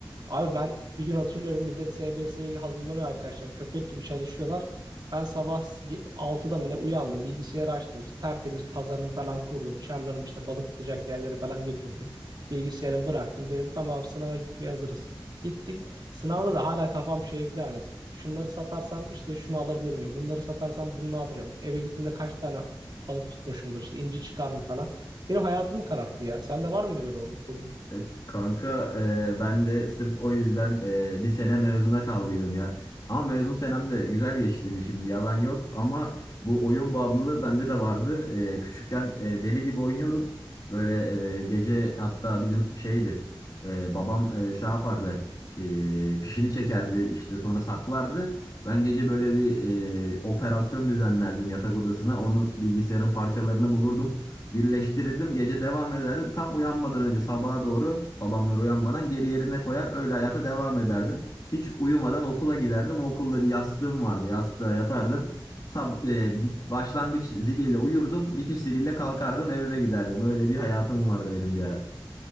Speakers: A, on the right; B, on the left.
A: Abi ben bir gün hatırlıyorum millet SBS'ye hazırlanıyor arkadaşlar. Köpek gibi çalışıyorlar. Ben sabah y- 6'da mı ne uyandım. Bilgisayarı açtım. Tertemiz pazarımı falan kurdum. Çarlarımı işte balık tutacak yerlere falan götürdüm. Bilgisayarımı bıraktım. Dedim tamam sınava gitmeye hazırız. Gittik. Sınavda da hala kafam şeydi hani. Şunları satarsam işte şunu alabilir miyim? Bunları satarsam bunu ne yapacağım? Eve gittiğimde kaç tane balık tutmuşumdur? İşte inci çıkar mı falan. Benim hayatımı kararttı ya. Sende var mıydı böyle oyun?
B: E, Kanka e, ben de sırf o yüzden e, bir sene mezuna kaldıydım ya. Ama mezun senem de güzel geçtiydi şimdi yalan yok. Ama bu oyun bağımlılığı bende de vardı. E, küçükken e, deli gibi oynuyordum. Böyle e, gece hatta bizim şeydi e, babam e, şey yapardı e, fişini çekerdi işte sonra saklardı. Ben gece böyle bir e, operasyon düzenlerdim yatak odasına. Onun bilgisayarın parçalarını bulurdum. Birleştirirdim gece devam ederdim. Tam uyanmadan önce sabaha doğru babamlar uyanmadan geri yerine koyar öyle hayata devam ederdim. Hiç uyumadan okula giderdim. Okulda bir yastığım vardı. Yastığa yatardım. Sab e, bit- başlangıç ziliyle uyurdum. Bitiş ziliyle kalkardım evime giderdim. Öyle bir hayatım vardı benim bir ara.